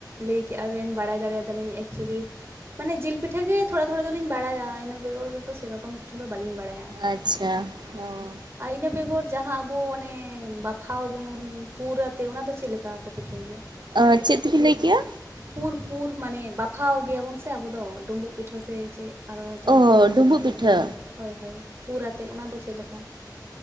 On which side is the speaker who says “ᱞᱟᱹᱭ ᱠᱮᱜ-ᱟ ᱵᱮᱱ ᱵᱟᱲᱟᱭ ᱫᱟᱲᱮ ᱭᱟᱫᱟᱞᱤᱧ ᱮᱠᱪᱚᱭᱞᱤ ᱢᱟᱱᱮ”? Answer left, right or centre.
Right